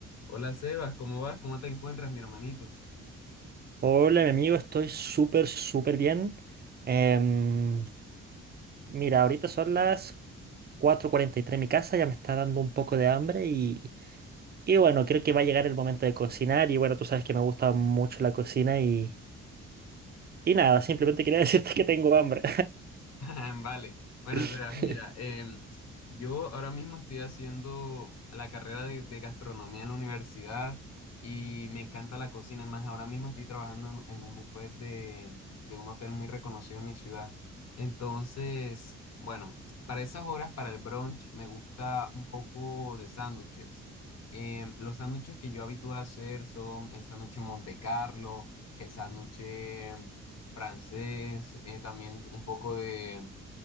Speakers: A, on the left; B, on the right.
A: Hola Sebas, ¿cómo vas? ¿Cómo te encuentras, mi hermanito?
B: Hola, mi amigo, estoy súper, súper bien. Em, mira, ahorita son las cuatro cuarenta y tres en mi casa, ya me está dando un poco de hambre y, y bueno, creo que va a llegar el momento de cocinar y bueno, tú sabes que me gusta mucho la cocina y, y nada, simplemente quería <laughs> decirte que tengo hambre.
A: <laughs> Vale. Bueno,
B: <laughs>
A: Sebas, mira, em, yo ahora mismo estoy haciendo la carrera de, de gastronomía en la universidad y me encanta la cocina. Es más, ahora mismo estoy trabajando en, en un buffet de, de un hotel muy reconocido en mi ciudad. Entonces, bueno, para esas horas, para el brunch, me gusta un poco de sándwiches. Em, los sándwiches que yo habitúo a hacer son el sándwich Monte Carlo, el sándwich em, francés, eh, también un poco de